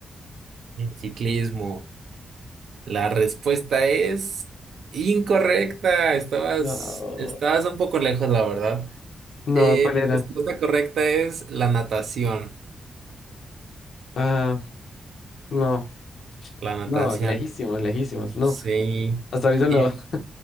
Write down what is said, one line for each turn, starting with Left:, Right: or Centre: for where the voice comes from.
Right: En ciclismo, la respuesta es incorrecta. Estabas,
Left: No.
Right: estabas un poco lejos, la verdad.
Left: No,
Right: Eh,
Left: ¿cuál
Right: la
Left: era?
Right: respuesta correcta es la natación.
Left: Ah, no,
Right: La natación.
Left: no, lejísimos, lejísimos, no.
Right: Sí.
Left: Hasta ahorita lo,
Right: Y
Left: <laughs>